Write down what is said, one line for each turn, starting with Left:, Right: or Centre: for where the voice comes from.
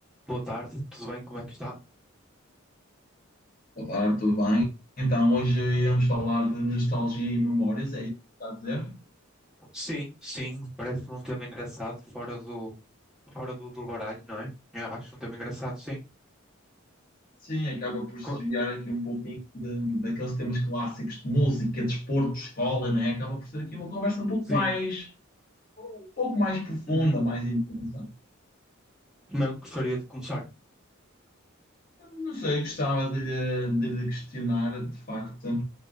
Centre: Boa tarde, tudo bem? Como é que está?
Left: Boa tarde, tudo bem? Então, hoje íamos falar de nostalgia e memórias, é isso que está a dizer?
Centre: Sim, sim, parece-me um tema engraçado, fora do, fora do, do baralho, não é? Eu acho um tema engraçado, sim.
Left: Sim, acaba por
Centre: Co-
Left: se desviar aqui um pouquinho de- daqueles temas clássicos de música, desporto, escola, não é? Acaba por ser aqui uma conversa um pouco
Centre: sim,
Left: mais, um pouco mais profunda,
Centre: uhum.
Left: mais intensa.
Centre: Não, eu gostaria de começar.
Left: Não sei, gostava de lhe, de lhe questionar, de facto,